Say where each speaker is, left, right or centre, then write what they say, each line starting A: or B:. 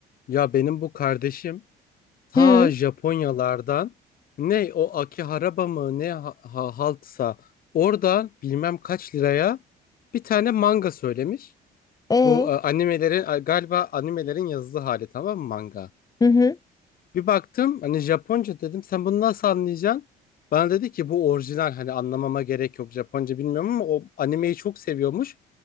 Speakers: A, on the left; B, on the left.
A: Ya benim bu kardeşim ta
B: Hı.
A: Japonyalardan ne o Akihabara mı ne ha, ha- haltsa oradan bilmem kaç liraya bir tane manga söylemiş.
B: E
A: Bu e, animelerin e, galiba animelerin yazılı hali tamam mı manga?
B: Hı hı.
A: Bir baktım hani Japonca dedim sen bunu nasıl anlayacaksın? Bana dedi ki bu orijinal hani anlamama gerek yok Japonca bilmiyorum ama o animeyi çok seviyormuş.